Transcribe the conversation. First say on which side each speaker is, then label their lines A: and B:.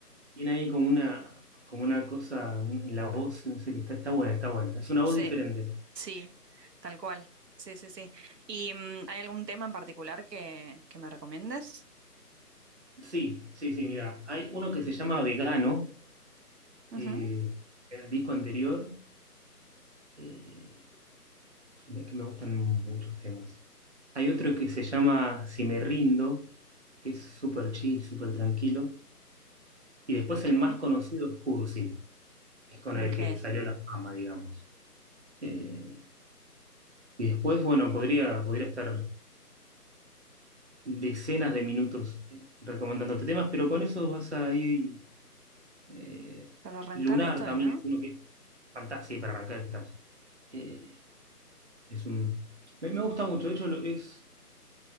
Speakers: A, on the right (about 45°); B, on the right (about 85°).
A: tiene ahí como una, como una cosa en la voz, no sé, que está, está buena, está buena. Es una voz
B: Sí,
A: diferente.
B: sí, tal cual. Sí, sí, sí. ¿Y mm, hay algún tema en particular que, que me recomiendes?
A: Sí, sí, sí, mira. Hay uno que se llama Vegano,
B: Ujú,
A: eh, en el disco anterior, eh, que me, que me gustan muchos temas. Hay otro que se llama Si me rindo, que es súper chill, súper tranquilo. Y después
B: Ok,
A: el más conocido es Cursi, que es con
B: ok.
A: el que salió la fama, digamos. Eh, y después, bueno, podría, podría estar decenas de minutos eh, recomendándote temas, pero con eso vas a ir... eh,
B: Para arrancar
A: Lunar
B: estoy,
A: también
B: ¿no?
A: es uno que es fantástico para arrancar estas. eh, es un, me, me gusta mucho, de hecho lo- es